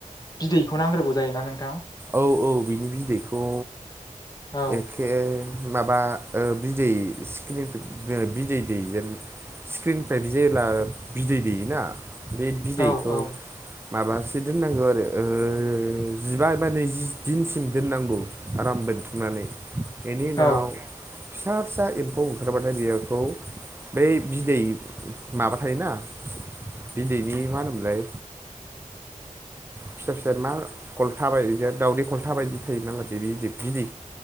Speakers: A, on the left (about 30°); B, on the right (about 15°).
A: बिदैखौ नांग्रोगौ जायोना नोंथां।
B: औ औ बिनि बिदैखौ
A: औ
B: एखे माबा ओ बिदै सिख्रि ओ बिदै दैजेन सिख्रिनिफ्राय बि जेब्ला बिदै दैेयोना बे बिदैखौ
A: औ औ
B: माबासो दोननांगौ आरो ओ जिबा माने जि दिनसिम दोननांगौ आराम बोनथुमनानै बेनि उनाव
A: औ
B: फिसा फिसा एम्फौ ओंखारबाथाय बिदैखौ बै बिदै माबा थायोना बिदैनि मा होनोमोनलाय फिसा फिसा मा खलथा बायदि दावदै खलथा बायदि थायोनालाय बिनि बिदै